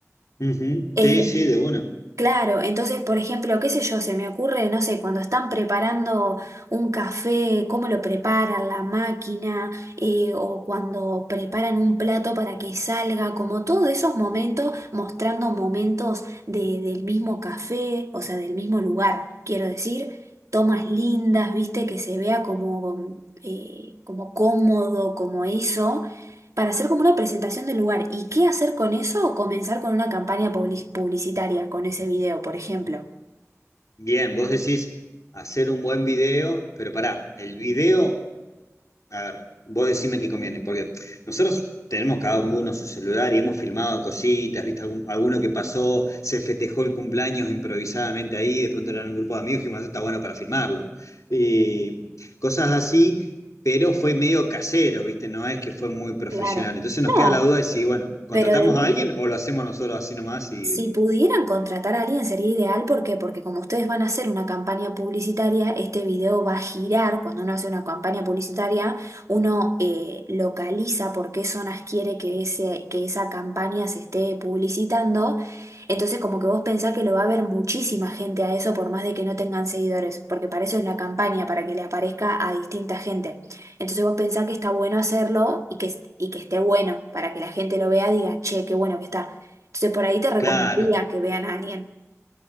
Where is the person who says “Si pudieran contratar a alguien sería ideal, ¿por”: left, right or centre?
Right